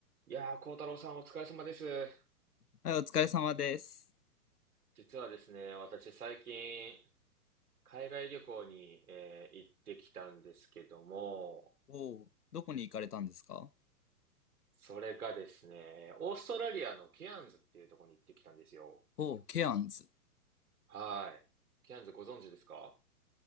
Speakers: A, on the right; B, on the left.
A: いやー、幸太郎さんお疲れ様です。
B: はい、お疲れ様です。
A: 実はですね、私最近、海外旅行に、えー行ってきたんですけども、
B: おお、どこに行かれたんですか
A: それがですね、オーストラリアのケアンズっていうところに行ってきたんですよ。
B: おお、ケアンズ。
A: はい。ケアンズご存知ですか